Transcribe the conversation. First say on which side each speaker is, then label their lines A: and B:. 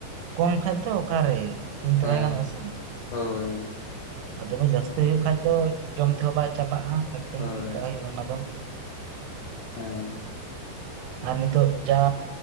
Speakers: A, on the right (about 85°); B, on the left (about 80°).
A: ᱠᱚᱢ ᱠᱷᱟᱡ ᱛᱷᱚ ᱚᱠᱟ ᱨᱮ ᱠᱤᱱᱛᱚ
B: ᱦᱮᱸ
A: ᱵᱟᱭ ᱜᱟᱱᱚᱜᱼᱟ ᱥᱮ
B: ᱦᱳᱭ ᱾
A: ᱟᱨ ᱫᱚᱢᱮ ᱡᱟᱹᱥᱛᱤ ᱦᱩᱭᱩᱜ ᱠᱷᱟᱡ ᱫᱚ ᱡᱚᱢ ᱛᱮᱦᱚᱸ ᱵᱟᱭ ᱪᱟᱵᱟᱜᱼᱟ ᱟᱠᱷᱨᱤᱧ
B: ᱦᱳᱭ
A: ᱠᱟᱜ ᱦᱩᱭᱩᱜᱼᱟ ᱚᱱᱟ ᱫᱚ ᱾
B: ᱦᱮᱸ ᱾
A: ᱟᱨ ᱱᱤᱛᱚᱜ ᱡᱟ